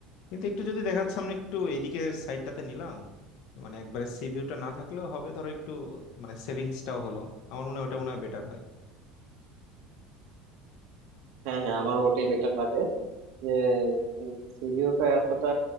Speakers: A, on the left; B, on the right.
A: কিন্তু একটু যদি দেখা যাচ্ছে আমরা একটু এইদিকে সাইডটাতে নিলাম মানে একবারে সিভিউটা না থাকলেও হবে ধরো একটু মানে সেভিংসটাও হলো আমার মনে হয় ওটা মনে হয় বেটার হয়
B: হ্যাঁ হ্যাঁ আমার ওটাই বেটার লাগে যে সি ভিউটা এতটা